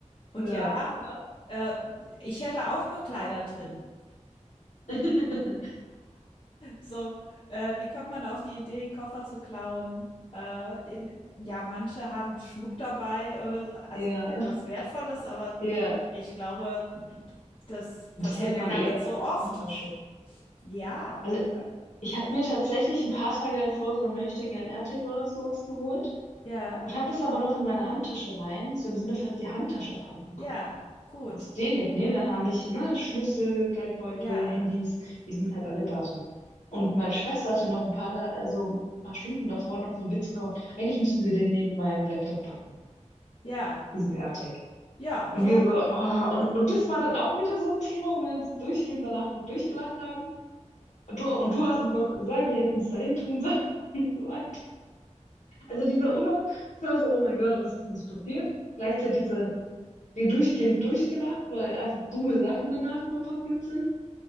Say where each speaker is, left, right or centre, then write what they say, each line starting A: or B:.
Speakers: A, on the left; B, on the left.
A: Und
B: Ja,
A: ja,
B: ja,
A: äh, ich hätte auch nur Kleider drin.
B: <laughs>
A: So, äh, wie kommt man auf die Idee, Koffer zu klauen? Äh, in, ja, manche haben Schmuck dabei oder s- also
B: ja.
A: etwas Wertvolles, aber d-
B: ja.
A: ich glaube, d- d- das
B: Das
A: passiert
B: hätte
A: ja
B: man
A: gar
B: eher
A: nicht
B: in
A: so
B: der
A: oft.
B: Handtasche.
A: Ja,
B: Also
A: ne?
B: ich habe
A: Also.
B: mir tatsächlich ein paar Tage davor so ein Möchtegern AirTag oder sowas geholt
A: Ja,
B: und habe das aber noch in meine Handtasche rein, so im Sinne, falls die Handtasche abhanden
A: ja,
B: kommt.
A: gut.
B: Als ich den wegnehmen, dann haben ich, ne, Schlüssel, Geldbeutel,
A: Ja,
B: Handys, die sind halt alle da drin. Und meine Schwester hatte noch ein paar, da, also ein paar Stunden davor noch so einen Witz gehauen. Eigentlich müssten wir den neben meinem Laptop packen,
A: ja,
B: diesen AirTag.
A: ja,
B: Und
A: schon.
B: wir so, oh, und, und das war dann auch wieder so ein Thema, wo wir uns durchgehend danach noch durchgelacht haben. Und du, und du hast es noch gesagt, wir hätten es dahin tun sollen <laughs> und so weiter. Also dieser Urlaub, das war so, oh mein Gott, was ist uns passiert? Gleichzeitig so ein, die durchgehend durchgelacht, weil einfach dumme Sachen danach immer passiert sind.